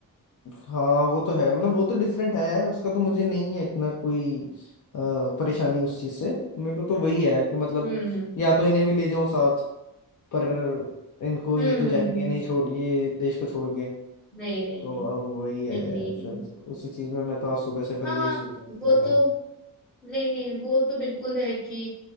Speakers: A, on the left; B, in the centre.
A: हाँ वो तो है मतलब वो तो डिफरेंट है उसका तो मुझे नहीं है इतना कोई अ, परेशानी उस चीज से मेरे को तो वही है कि मतलब
B: हम्म हम्म
A: या तो इन्हें भी ले जाऊं साथ पर इनको
B: हम्म
A: ये तो
B: हम्म,
A: जाएंगे
B: हम्म।
A: नहीं
B: हम्म।
A: छोड़ ये देश को छोड़ के
B: नहीं नहीं
A: तो
B: नहीं
A: अब वही है
B: नहीं नहीं नहीं
A: फिर उसी चीज में मैं तो आज सुबह से फिर
B: हाँ
A: यही सोच रहा था क्या
B: वो तो
A: करूं
B: नहीं नहीं वो तो बिल्कुल है कि